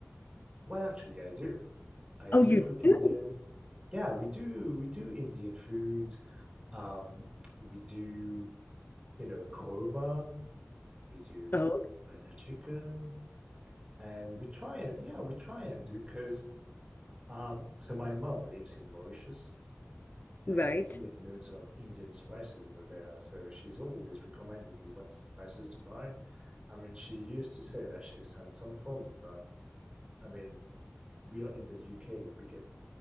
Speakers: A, on the right; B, on the left.
A: Well, actually, I do. I do
B: Oh, you
A: cook
B: do?
A: Indian. Yeah, we do. We do Indian food. Um, we do, you know, korma. we do
B: Oh,
A: butter chicken, and we try it. Yeah, we try and do because um, so my mom lives in Mauritius, and
B: right.
A: we do get loads of Indian spices over there. So she's always recommending me what spices to buy. I mean, she used to say that she sent some for me, but I mean, we are in the UK. We get